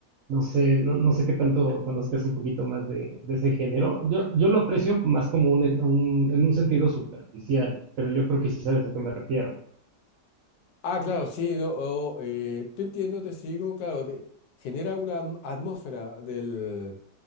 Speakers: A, on the right; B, on the left.
A: no sé, no, no sé qué tanto conozcas un poquito más de, de ese género. Yo, yo lo aprecio más como un, un- en un sentido superficial, pero yo creo que sí sabes a qué me refiero.
B: Ah, claro, sí, no, oh, eh, te entiendo, te sigo, claro, te- genera una atm- atmósfera del...